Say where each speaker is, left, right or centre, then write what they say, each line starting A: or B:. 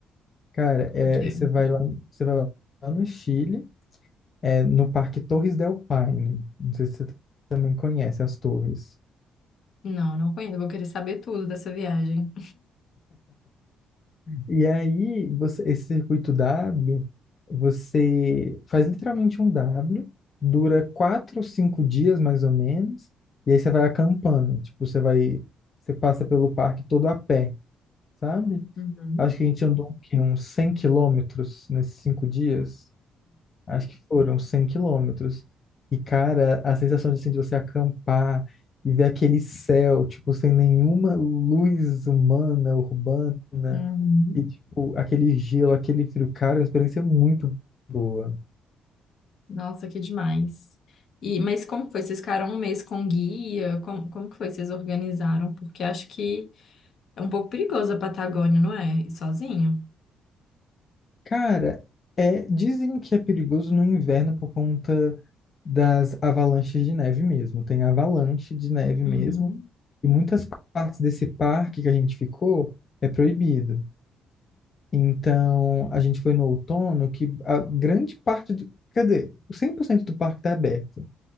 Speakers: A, on the left; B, on the left.
A: Cara, é,
B: não quero.
A: você vai lá, você vai lá no Chile, é, no Parque Torres del Paine. Não sei se você também conhece as torres.
B: não, não conheço. Eu Vou querer saber tudo dessa viagem.
A: E aí, você- esse circuito W, você faz literalmente um W, dura quatro, cinco dias mais ou menos, e aí você vai acampando. Tipo, você vai, você passa pelo parque todo a pé, sabe?
B: Uhum.
A: Acho que a gente andou o quê? uns 100 quilômetros nesses cinco dias acho que foram 100 quilômetros. E, cara, a sensação de, assim, de você acampar e ver aquele céu, tipo, sem nenhuma luz humana, urbana,
B: Uhum.
A: e, tipo, aquele gelo, aquele frio, cara, é uma experiência muito boa.
B: Nossa, que demais. E, mas como foi? Vocês ficaram um mês com guia? Como, como que foi? Vocês organizaram? Porque acho que é um pouco perigoso a Patagônia, não é? Ir sozinho?
A: Cara, é, dizem que é perigoso no inverno por conta das avalanches de neve mesmo. Tem avalanche de neve mesmo,
B: Uhum.
A: e muitas partes desse parque que a gente ficou é proibido. Então, a gente foi no outono, que a grande parte do, quer dizer, 100% do parque está aberto.